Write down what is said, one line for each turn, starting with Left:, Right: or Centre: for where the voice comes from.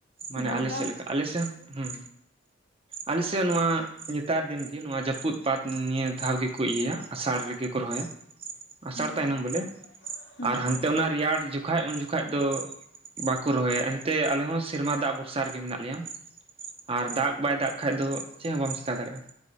Right: ᱢᱟᱱᱮ
Left: ᱵᱟᱨ
Right: ᱟᱞᱮ
Left: ᱫᱷᱟᱣ
Right: ᱥᱮᱫ ᱞᱮᱠᱟ ᱟᱞᱮ ᱥᱮᱫ ᱦᱩᱸ᱾ ᱟᱞᱮ ᱥᱮᱫ ᱱᱚᱣᱟ ᱱᱮᱛᱟᱨ ᱫᱤᱱ ᱜᱤ ᱱᱚᱣᱟ ᱡᱟᱹᱯᱩᱫ ᱯᱟᱫ ᱱᱤᱭᱟᱹ ᱫᱷᱟᱣ ᱜᱮ ᱠᱩ ᱤᱭᱟᱹᱭᱟ ᱟᱥᱟᱲ ᱨᱮᱜᱮ
Left: ᱦᱩᱸ
Right: ᱠᱚ ᱨᱚᱦᱚᱭᱟ ᱟᱥᱟᱲ
Left: ᱦᱮᱸ
Right: ᱛᱟᱭᱱᱚᱢ ᱵᱚᱞᱮ
Left: ᱦᱩᱸ
Right: ᱟᱨ ᱦᱟᱱᱛᱮ ᱚᱱᱟ ᱨᱮᱭᱟᱲ ᱡᱩᱠᱷᱟᱡ ᱩᱱ ᱡᱩᱠᱷᱟᱡ ᱫᱚ ᱵᱟᱠᱚ ᱨᱚᱦᱚᱭᱟ ᱮᱱ ᱛᱮ ᱟᱞᱮ ᱦᱚᱸ ᱥᱤᱨᱢᱟ ᱫᱟᱜ ᱵᱷᱚᱨᱥᱟ ᱨᱮᱜᱤ ᱢᱤᱱᱟᱜ ᱞᱮᱭᱟ᱾ ᱟᱨ ᱫᱟᱠ ᱵᱟᱭ ᱫᱟᱜ ᱠᱷᱟᱡ ᱫᱚ ᱪᱮᱫ ᱦᱚᱸ ᱵᱟᱢ ᱪᱤᱠᱟ ᱫᱟᱲᱮᱭᱟᱜᱼᱟ᱾